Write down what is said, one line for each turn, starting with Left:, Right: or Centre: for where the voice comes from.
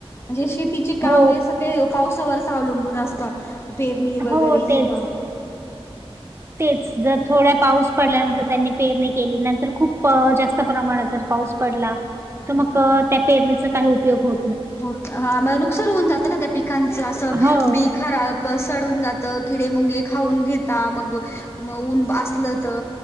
Left: म्हणजे शेतीचे काम
Right: हो.
Left: हे सगळे पावसावरच अवलंबून असतात. पेरणी वगैरे
Right: हो तेच.
Left: हे का.
Right: तेच जर थोड्या पाऊस डल्यानंतर त्यांनी पेरणी केली नंतर खूप जास्त प्रमाणात पाऊस पड तर मग त्या पेरणीचा काही उपयोग हो
Left: हो ह म नुकसान होऊन जातं ना त्या पिकांचं असं
Right: हो.
Left: बी खरा सळून जातं किडे मुंगे खाऊन घेता मग. मऊन असलं तर